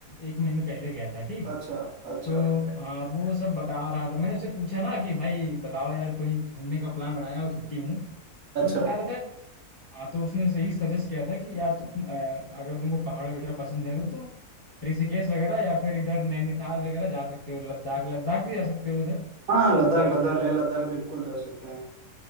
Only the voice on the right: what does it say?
अच्छा अच्छा
अच्छा
हाँ लद्दाख
लद्दाख लेह लद्दाख बिल्कुल जा सकते हैं